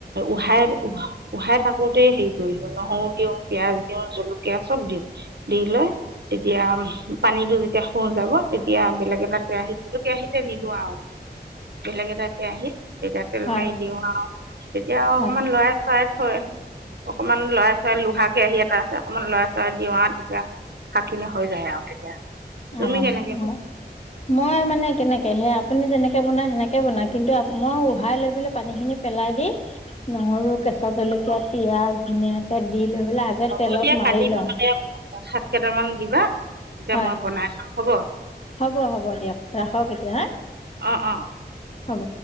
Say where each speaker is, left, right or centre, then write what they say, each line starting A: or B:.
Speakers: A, on the right (about 70°); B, on the left (about 40°).
A: উহাই-উহাই থাকোতে হেৰি কৰি দি নহৰু দিওঁ, পিয়াঁজ দিওঁ। জলকীয়া চব দিওঁ। দি লৈ তেতিয়া পানীটো যেতিয়া শু যাব তেতিয়া বেলেগ এটা কেৰাহিত দিলোঁ। সেতো কেৰাহিতে দিলোঁ আৰু বেলেগ এটা কেৰাহীত এতিয়া তেল
B: হয়
A: মাৰি দিওঁ আৰু তেতিয়া অকমান
B: হয়।
A: লৰাই-চৰাই হয় অকমান লৰাই-চৰাই লোহা কেৰাহী এটা আছে, অকমান লৰাই চৰাই দিওঁ আৰু তেতিয়া শাকখিনি হৈ যায় আৰু তেতিয়া। তুমি
B: অ
A: কেনেকে
B: ম মই মানে কেনে তেহে আপুনি যেনেকে বনাই সেনেকে বনায়। কিন্তু মই উহাই লৈ পেলাই পানী খিনি পেলাই দি নহৰু, কেঁচা জলকীয়া,
A: বনোৱা
B: পিয়াজ ধুনীয়াকে দি লৈ পেলাই আগে
A: হ'ব
B: তেলত
A: দিয়া
B: মাৰি
A: কালি নহ'লে
B: লওঁ।
A: শাক কেইটামান দিবা। তেতিয়া
B: হয়
A: মই বনাই খাম হ'ব
B: হ'ব, হ'ব দিয়ক। ৰাখক এতিয়া হান।
A: অঁ অঁ
B: হ'ব।